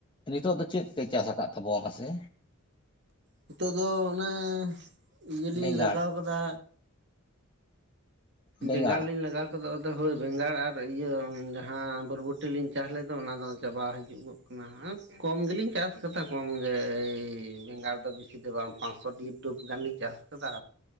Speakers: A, on the left; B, on the right.
A: ᱱᱤᱛᱚᱜ ᱫᱚ ᱪᱮᱫ ᱯᱮ ᱪᱟᱥ ᱟᱠᱟᱫ ᱛᱟᱵᱚᱣᱟ ᱯᱟᱥᱮ
B: ᱱᱤᱛᱚᱜ ᱫᱚ ᱚᱱᱮ ᱤᱭᱟᱹ ᱞᱤᱧ
A: ᱵᱮᱸᱜᱟᱲ
B: ᱞᱟᱜᱟᱣ ᱠᱟᱫᱟ,
A: ᱵᱮᱸᱜᱟᱲ
B: ᱵᱮᱝᱜᱟᱲᱚᱞᱤᱧ ᱞᱟᱜᱟᱣ ᱠᱚᱫᱚ ᱦᱳᱭ ᱵᱮᱸᱜᱟᱲ ᱟᱨ ᱤᱭᱟᱹ ᱡᱟᱦᱟᱸ ᱵᱚᱨᱵᱩᱴᱤ ᱞᱤᱧ ᱪᱟᱥ ᱞᱮᱫ ᱫᱚ ᱚᱱᱟ ᱫᱚ ᱪᱟᱵᱟ ᱦᱤᱡᱩᱜ ᱜᱚᱫ ᱠᱚᱢ ᱜᱮᱞᱤᱧ ᱪᱟᱥ ᱟᱠᱟᱫᱟ ᱠᱚᱢ ᱜᱮᱭ ᱮᱭ ᱵᱮᱸᱜᱟᱲ ᱫᱚ ᱵᱤᱥᱤ ᱫᱚ ᱵᱟᱝ ᱯᱟᱸᱥᱥᱚ ᱫ ᱰᱩᱵ <unintelligible> ᱜᱟᱱᱤᱧ ᱪᱟᱥ ᱟᱠᱟᱫᱟ